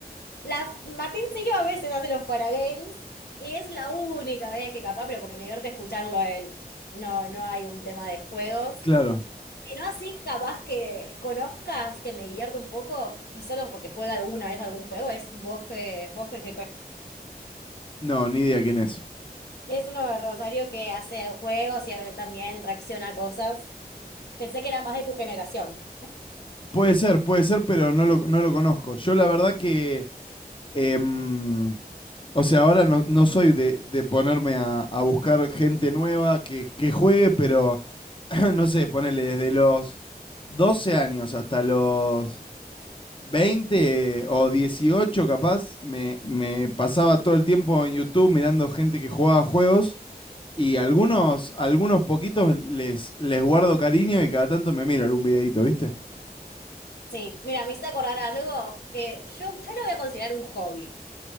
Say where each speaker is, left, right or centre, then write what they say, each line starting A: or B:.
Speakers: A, on the left; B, on the left.
A: La Martín Sirio a veces hace los Fuera Games y es la única vez que capaz, pero porque me divierte escucharlo a él. No, no hay un tema de juegos.
B: Claro.
A: Y no así capaz que conozcas, que me divierto un poco y solo porque juega alguna vez algún juego, es Bofe, Bofe GP.
B: No, ni idea quién es.
A: Es uno de Rosario que hace juegos y él también reacciona a cosas. Pensé que era más de tu generación.
B: Puede ser, puede ser, pero no lo, no lo conozco. Yo la verdad que, em, o sea, ahora no, no soy de, de ponerme a, a buscar gente nueva que, que juegue, pero <clears throat> no sé, ponele desde los 12 años hasta los Veinte o 18, capaz, me, me pasaba todo el tiempo en YouTube mirando gente que jugaba juegos y algunos, algunos poquitos les, les guardo cariño y cada tanto me miro algún videito, ¿viste?
A: Sí, mira, me hice acordar algo que yo, yo lo voy a considerar un hobby.